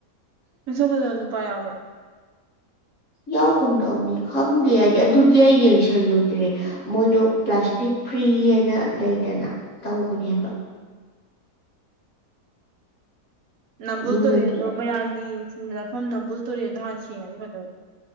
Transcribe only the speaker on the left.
ꯌꯥꯎꯒꯨꯝ ꯇꯧꯅꯤ ꯈꯪꯗꯦ ꯑꯩꯗꯤ ꯑꯗꯨꯗꯤ ꯑꯩ ꯌꯦꯡꯁꯜꯂꯨ ꯗ꯭ꯔꯦ ꯃꯣꯏꯗꯣ ꯄ꯭ꯂꯥꯁꯇꯤꯛ ꯐ꯭ꯔꯤ ꯍꯥꯏꯅ ꯂꯩꯗꯅ ꯇꯧꯕꯅꯦꯕ꯫ <inaudible>
ꯑꯗꯨꯃꯗꯤ